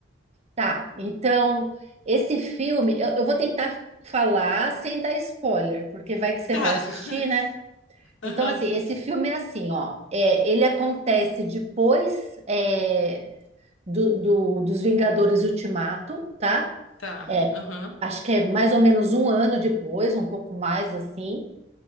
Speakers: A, on the right; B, on the left.
A: Tá, então esse filme eu, eu vou tentar falar sem dar spoiler, porque vai que você
B: Tá.
A: vai assistir,
B: <laughs>
A: né? Então,
B: Aham.
A: assim, esse filme é assim, ó, é, ele acontece depois é, do, do- dos Vingadores Ultimato, tá?
B: Tá.
A: É,
B: Aham.
A: acho que é mais ou menos um ano depois, um pouco mais assim,